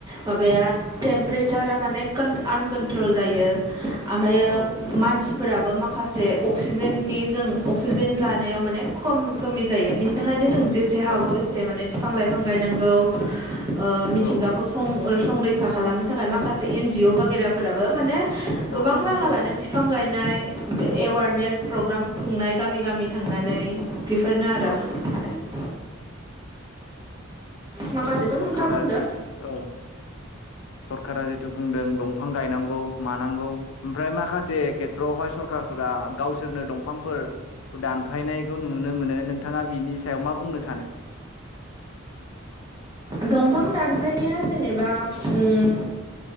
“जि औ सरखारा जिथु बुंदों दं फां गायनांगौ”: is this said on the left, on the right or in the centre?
Left